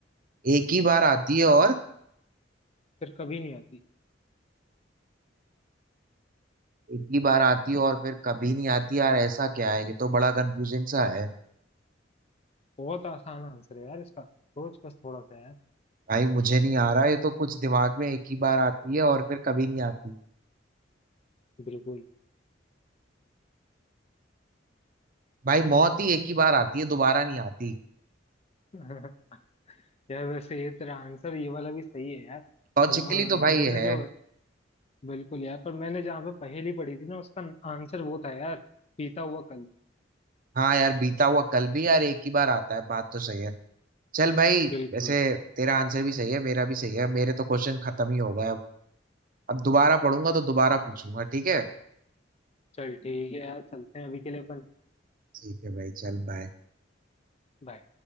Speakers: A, on the right; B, on the left.
A: एक ही बार आती है और
B: फिर कभी नहीं आती
A: एक ही बार आती है और फिर कभी नहीं आती यार ऐसा क्या है ये तो बड़ा कंफ्यूजिंग सा है
B: बहुत आसान आंसर है यार इसका सोच बस थोड़ा सा यार
A: भाई मुझे नहीं आ रहा ये तो कुछ दिमाग में एक ही बार आती है और फिर कभी नहीं आती
B: बिल्कुल
A: भाई मौत ही एक ही बार आती है दोबारा नहीं आती
B: <laughs> यार वैसे ये तेरा आंसर ये वाला भी सही है यार
A: लॉजिकली
B: पर और
A: तो भाई
B: मैंने
A: ये है
B: जो बिल्कुल यार पर मैंने जहाँ पे पहेली पढ़ी थी ना उसका आंसर वो था यार पीता हुआ कल
A: हाँ यार बीता हुआ कल भी यार एक ही बार आता है बात तो सही है चल भाई
B: बिल्कुल
A: वैसे तेरा आंसर भी सही है मेरा भी सही है मेरे तो क्वेश्चन खत्म ही हो गए अब अब दोबारा पढ़ूंगा तो दोबारा पूछूंगा ठीक है
B: चल ठीक है यार चलते हैं अभी के लिए अपन
A: ठीक है भाई चल बाय
B: बाय